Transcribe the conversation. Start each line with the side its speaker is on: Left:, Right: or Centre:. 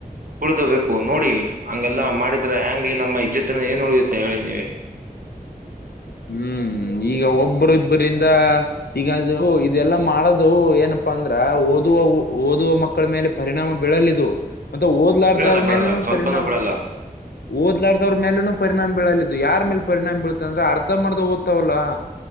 Right: ಉಳ್ದೋಬೇಕು ನೋಡಿ ಹಂಗೆಲ್ಲಾ ಮಾಡಿದ್ರ ಹೆಯಾಂಗೆ ನಮ್ಮ ಇಜ್ಜತನ ಏನ್ ಉಳಿಯತ್ತ ಹೇಳಿ ನೀವೆ
Left: ಹ್ಮ್ ಈಗ ಒಬ್ಬರ್ ಇಬ್ಬರಿಂದ ಈಗ ಅದು ಇದೆಲ್ಲಾ ಮಾಡೋದು ಏನಪ್ಪಾ ಅಂದ್ರ ಓದುವ ಓದುವ ಮಕ್ಕಳ ಮಕ್ಕಳ ಮೇಲೆ ಪರಿಣಾಮ ಬೀಳಲಿದು ಮತ್ತೆ ಓದ್ಲಾರ್ದ್ರ
Right: ಬಿಡಲ್ಲ ಬಿಡಲ್ಲ
Left: ಮೇಲು
Right: ಸ್ವಲ್ಪನೂ
Left: ಪರಿಣಾಮ
Right: ಬಿಡಲ್ಲ
Left: ಓದಲಾರದವ್ರ ಮೇೂಲುನು ಪರಿಣಾಮಬೀಳಲ್ಲ ಇದು ಯಾರ್ ಮೇಲ್ ಪರಿಣಾಮ ಬೀಳ್ತಾ ಅಂದ್ರ ಅಡ್ದ ಮಾಡ್ದ ಓದ್ತವಲ್ಲ